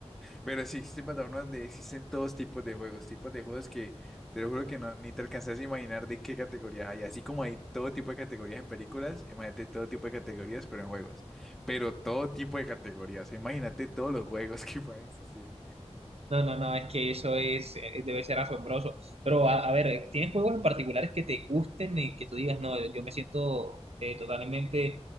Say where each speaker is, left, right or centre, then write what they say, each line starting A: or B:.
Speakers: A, in the centre; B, on the right.
A: Pero sí existen plataformas donde existen todos tipos de juegos, tipos de juegos que te lo juro que no, ni te alcanzas a imaginar de qué categorías hay. Así como hay todo tipo de categorías en películas, imagínate todo tipo de categorías, pero en juegos. Pero todo tipo de categorías, imagínate todos los juegos <laughs> que puedan existir.
B: no, no, no, es que eso es, eh, debe ser asombroso. Pero a, a ver, ¿tienes juegos en particulares que te gusten y que tú digas, no, yo me siento eh, totalmente